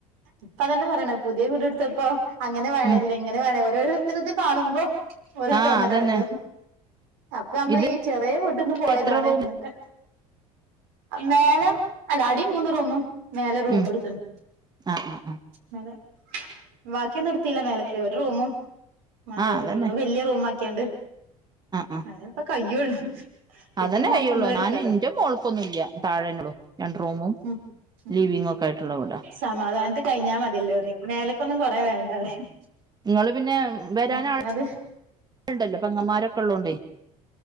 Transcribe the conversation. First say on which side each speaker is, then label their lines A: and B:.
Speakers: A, on the right; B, on the right.
A: ഇപ്പതന്നെ പറയണ് പുതിയ വീട് എടുത്തപ്പോ അങ്ങനെ വേണല്ലേ
B: ഉം
A: ഇങ്ങനെ വേണ ഓരോരുത്തരത് കാണുമ്പോ ഓരോ
B: ആഹ്
A: തോന്നലാണല്ലോ
B: അതന്നെ
A: അപ് ഇപ്പ നമ്മള്
B: ഇത്
A: ഈ ചെറിയ വീട്ടിന്ന് പോയതാണ്
B: എത്ര റൂം
A: എന്നിട്ട് മേലം അല്ല അടി മൂന്ന് റൂമും മേലെ റൂമുടു
B: ഉം
A: ത്തണ്
B: ആഹ് ആഹ് ആഹ്
A: മേലെ ബാക്കിയൊന്നും എടുത്തില്ല. മേലക്ക് ഒരു റൂമും മാത്രം
B: ആഹ്
A: എടുത്തിട്ടുള്ളൂ
B: അതന്നെ
A: അത് വല്യ റൂം ആക്കിയാണ്ട്
B: ആഹ് ആഹ്
A: അതിപ്പോ കയ്യുള്ളൂ പിന്നെ
B: അതന്നെ
A: ഇങ്ങനെ
B: കയ്യുള്ളൂ
A: ആക്കം പോലെ എടുക്കാലോ
B: ഞാനും ഇന്റെ മോൾക്കൊന്നും ഇല്ല താഴന്നെള്ളൂ. രണ്ട് റൂമും
A: ഉം ഉം
B: ലീവിംങ്ങൊക്കെ ആയിട്ടുള്ള വീടാ
A: സമാധാനത്തി കഴിഞ്ഞാ മതിയല്ലോ പറയും മേലക്കൊന്നും കുറേ വേണ്ട പറയും.
B: ഇപ്പ പിന്നെ വരാൻ
A: നിക്കണത്
B: ആയ് <unintelligible> ട്ടൊണ്ടല്ലോ പങ്ങന്മാരൊക്കെ ഉള്ളകൊണ്ടേ